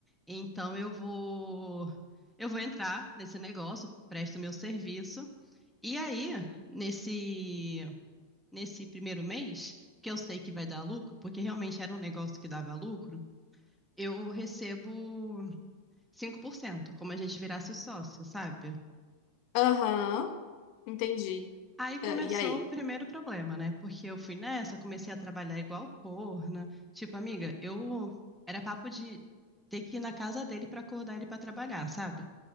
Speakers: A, in the centre; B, on the left.
A: então eu vou, eu vou entrar nesse negócio, presto meu serviço. E aí, nesse nesse primeiro mês, que eu sei que vai dar lucro, porque realmente era um negócio que dava lucro, eu recebo 5%, como a gente virasse o sócio, sabe?
B: Aham, entendi.
A: Aí começou
B: Ah, e aí?
A: o primeiro problema, né? Porque eu fui nessa, comecei a trabalhar igual corna. Tipo, amiga, eu era papo de ter que ir na casa dele pra acordar ele pra trabalhar, sabe?